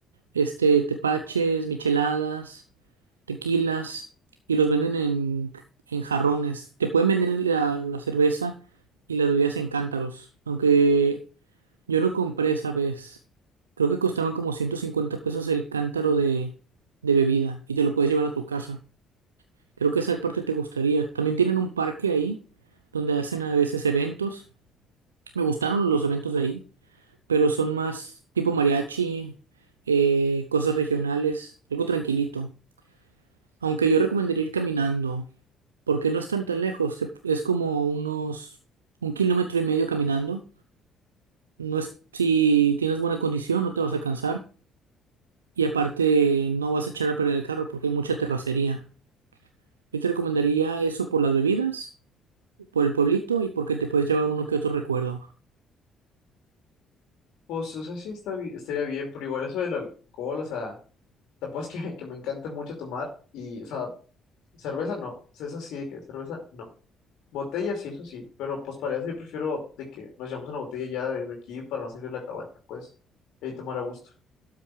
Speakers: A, on the right (about 85°); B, on the left (about 65°).
A: este tepaches, micheladas, tequilas y los venden en, en jarrones. Te pueden vender la, la cerveza y las bebidas en cántaros. Aunque yo no compré esa vez. Creo que costaban como 150 pesos el cántaro de, de bebida y te lo puedes llevar a tu casa. Creo que esa parte te gustaría. También tienen un parque ahí donde hacen a veces eventos. Me gustaron los eventos de ahí pero son más tipo mariachi, eh, cosas regionales, algo tranquilito. Aunque yo recomendaría ir caminando, porque no están tan lejos, te- es como unos un kilómetro y medio caminando. No es, si tienes buena condición, no te vas a cansar. Y aparte, no vas a echar a perder el carro porque hay mucha terracería. Yo te recomendaría eso por las bebidas, por el pueblito y porque te puedes llevar uno que otro recuerdo.
B: Pues, o sea, sí está, bi- estaría bien, pero igual eso del alcohol, o sea, tampoco es que, <laughs> que me encante mucho tomar y, o sea, cerveza no, o sea, eso sí, de que cerveza no. Botella sí, eso sí, pero pues para eso yo prefiero de que nos llevamos una botella ya desde aquí para no salir de la cabaña, pues, y tomar a gusto.